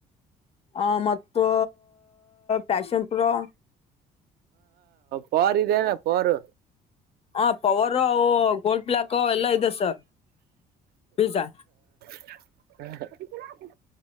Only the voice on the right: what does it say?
ಪರ್ದೆನಾ ಪರು
ಹ್ಮ